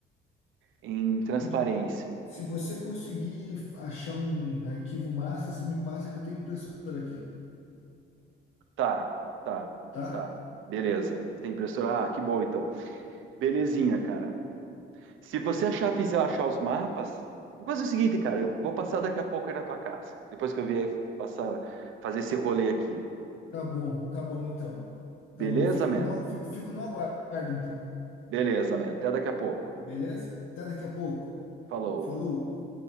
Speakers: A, on the right; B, on the left.
A: Em transparência.
B: Tudo... Se você conseguir achar um arquivo massa, se me passa que eu tenho impressora aqui,
A: Tá, tá,
B: tá?
A: tá. Beleza. Tem impressora? Ah, que bom então. Belezinha, cara. Se você achar, fizer achar os mapas, vou fazer o seguinte, cara. Eu vou passar daqui a pouco aí na tua casa. Depois que eu vier passar, fazer esse rolê aqui.
B: Tá bom, tá bom então.
A: Beleza,
B: Tá bom, fico
A: man?
B: no, fico, fico no aguardo então.
A: Beleza, man. Até daqui a pouco.
B: Beleza? Até daqui a pouco.
A: Falou.
B: Falou!